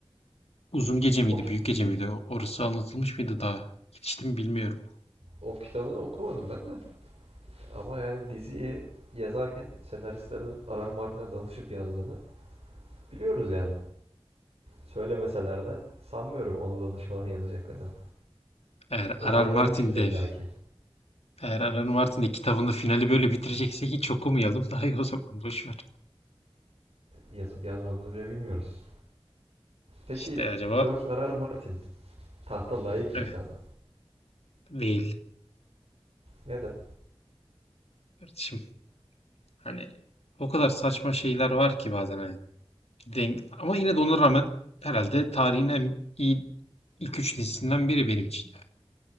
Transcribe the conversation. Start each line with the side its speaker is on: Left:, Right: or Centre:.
Left: Uzun gece miydi,
Right: O, ki-
Left: büyük gece miydi? Orası anlatılmış mıydı daha? Geçti mi bilmiyorum.
Right: o kitabını okumadım ben de. Ama yani diziyi yazarken senaristlerin Arar Martin'e danışıp yazdığını biliyoruz yani. Söylemeseler de sanmıyorum ona danışmadan yazacaklarını.
Left: Eğer
Right: Onay
Left: Arar Martin
Right: vermiştir illaki.
Left: de eğer Arar Martin de kitabında finali böyle bitirecekse hiç okumayalım. <laughs> Daha iyi o zaman boş ver.
Right: Yazıp yazmadığını bile bilmiyoruz. Peki
Left: İşte acaba
Right: George Arar Martin tahta layık
Left: evet
Right: bir insan mı?
Left: değil
Right: Neden?
Left: kardeşim. Hani o kadar saçma şeyler var ki bazen. Hani, den- ama yine de ona rağmen herhalde tarihin en iyi ilk üç dizisinden biri benim için.